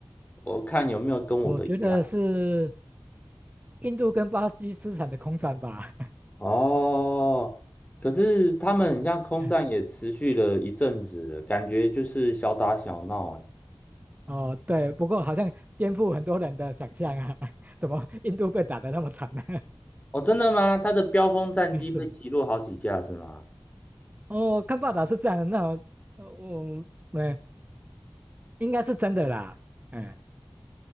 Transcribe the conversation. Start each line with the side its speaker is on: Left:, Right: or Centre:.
Left: 我看有没有跟我的一样。
Right: 我觉得是印度跟巴西资产的空战吧。<laughs>
Left: 哦，可是他们很像空战也持续了一阵子了，
Right: 嗯
Left: 感觉就是小打小闹哎。
Right: 哦，对，不过好像颠覆很多人的想象啊，<laughs> 怎么印度被打得那么惨呢？
Left: 哦，真的吗？他的标风战机被击落好几架是吗？
Right: <laughs> 嗯是，哦，看报道是这样的，那我呃我没应该是真的啦，哎，